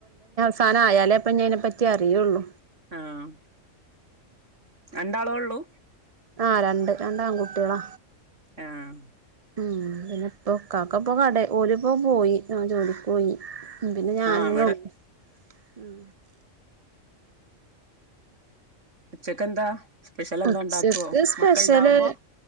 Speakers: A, on the right (about 40°); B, on the right (about 65°).
A: സാനം ആയാലേ. ഇപ്പം അതിനെപ്പറ്റി അറിയെള്ളൂ
B: ആഹ് രണ്ടാള് ഒള്ളൂ
A: ആഹ് രണ്ട് രണ്ടാൺ കുട്ട്യാളാ
B: ആഹ്
A: ഉം പിന്നെപൊ കാക്കപ്പോ കട ഓലിപ്പം പോയി ഞൻ ജോലിക്ക് പോയി ഉം പിന്നെ ഞാനെന്നെ
B: ആഹ് ഇവിടെ
A: ഒള്ളു ഉം
B: ഉച്ചക്ക്ന്താ സ്പെഷ്യൽ എന്താ
A: ഉച്ചക്ക്
B: ഉണ്ടാക്കുവോ
A: സ്പെഷ്യല്
B: മക്കൾ ഉണ്ടാവുമ്പോ